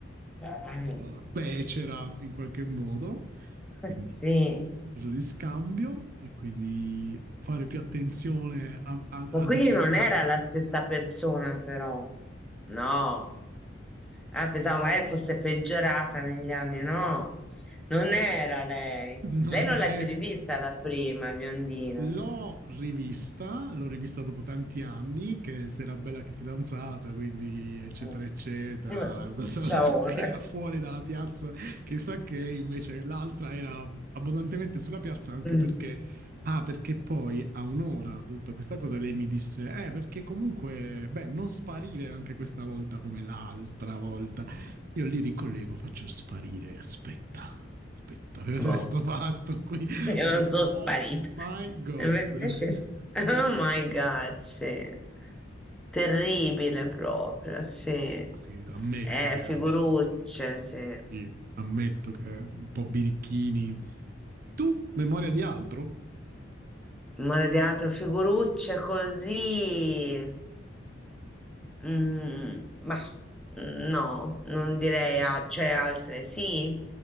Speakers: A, in the centre; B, on the right (about 50°).
A: Dai.
B: eh, becera in qualche modo, quindi
A: Eh, Sì,
B: cosa di scambio e quindi fare più attenzione a, a- a
A: ma quindi
B: dettagliare.
A: non era la stessa persona, però. No. Ah, pensavo magari fosse peggiorata negli anni, no, non era lei.
B: Non
A: Lei non l'hai
B: è
A: più rivista la prima biondina.
B: L'ho rivista, l'ho rivista dopo tanti anni, che si era bella che fidanzata, quindi eccetera
A: Mm.
B: eccetera,
A: Vabbè,
B: <laughs>
A: Ciao. <laughs> ora.
B: era fuori dalla piazza, chissà che invece l'altra era abbondantemente sulla piazza anche
A: Mm,
B: perché, ah, perché poi a un'ora da tutta questa cosa lei mi disse, eh, perché comunque, beh, non sparire anche questa volta come l'altra volta. Io li ricollego, faccio sparire, aspetta. Aspetta, <laughs> cosa
A: Boh,
B: è sto fatto qui?
A: io
B: Ho fatto,
A: non sono
B: oh
A: sparita.
B: my god.
A: Invece,
B: <laughs>
A: s- oh
B: Sì.
A: my God, sì. Terribile proprio, sì.
B: Sì, ammetto
A: Eh,
B: che,
A: figurucce, sì.
B: sì, ammetto che un po' birichini. Tu, memoria di altro?
A: Non di altro, figurucce così. Mm, ma mm, no, non direi, a- cioè altre sì,